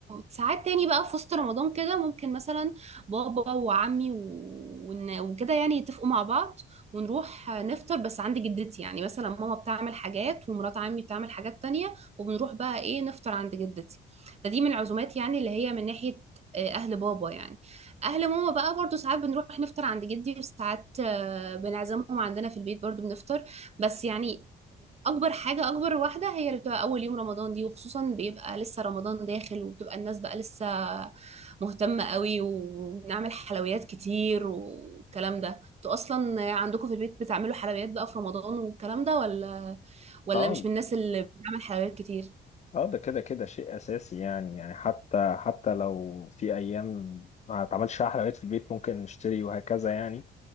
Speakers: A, on the right; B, on the left.
A: ساعات تاني بقى في وسط رمضان كده ممكن مثلا بابا وعمي و- ون- وكده يعني يتفقوا مع بعض ونروح نفطر بس عند جدتي يعني مثلا ماما بتعمل حاجات ومرات عمي بتعمل حاجات تانية وبنروح بقى ايه نفطر عند جدتي ده دي من العزومات يعني اللي هي من ناحية آه، اهل بابا يعني اهل ماما بقى برضو ساعات بنروح نفطر عند جدي وساعات آه، بنعزمهم عندنا في البيت برضو بنفطر بس يعني اكبر حاجه اكبر واحده هي اللي بتبقى اول يوم رمضان دي وخصوصا بيبقى لسه رمضان داخل وبتبقى الناس بقى لسه مهتمه قوي ونعمل حلويات كتير والكلام ده انتوا اصلا عندكم في البيت بتعملوا حلويات بقى في رمضان والكلام ده ولا ولا
B: اه
A: مش من الناس اللي بتعمل حلويات كتير
B: اه ده كده كده شيء اساسي يعني يعني حتى حتى لو في ايام ما اتعملش فيها حلويات في البيت ممكن نشتري وهكذا يعني